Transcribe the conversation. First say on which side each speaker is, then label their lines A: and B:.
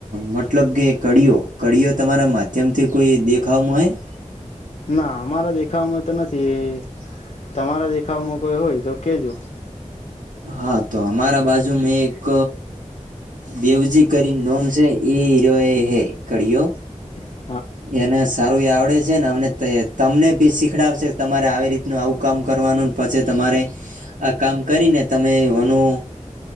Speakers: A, on the right; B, on the left.
A: મતલબ કે કળિયો કડીીઓ તમારા માધ્યમ થી કોઈ દેખામાં હો
B: ના અમારા દેખાવવામાં તો નથી એ તમારા દેખાવમાં કોઈ હોય જ રકેજો
A: હા તો અમારા બાજુ મે એક દેવજી કરીને નોમ છે એ જો હે કરળિયો
B: <unintelligible>
A: એને સારું એ આવડે છે ને અને તમને બી શીખડાવશે તમારે આવી રીતનું આવું કામ કરવાનું પછી તમારે આ કામ કરીને તમે ઓનું